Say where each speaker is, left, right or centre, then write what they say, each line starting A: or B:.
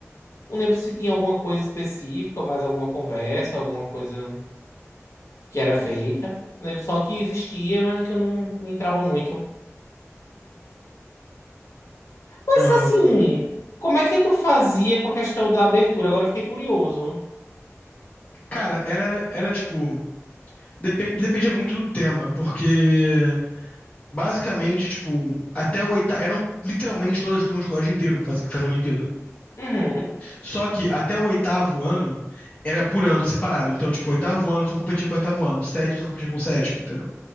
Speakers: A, on the left; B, on the left.
A: não lembro se tinha alguma coisa específica, ou mais alguma conversa, alguma coisa. que era feita, né? Só que existia, mas que eu não não entrava muito. Mas
B: Aham.
A: assim, como é que tu fazia com a questão da abertura? Agora eu fiquei curioso.
B: Cara, era, era tipo. depen- dependia muito do tema, porque. Basicamente, tipo, até o oitavo. Eram literalmente todas as turmas do colégio inteiro que faziam, que faziam a Olimpíada.
A: Uhum.
B: Só que até o oitavo ano era por ano separado. Então, tipo, o oitavo ano só competia com o oitavo ano, o sétimo só competia com o sétimo, entendeu?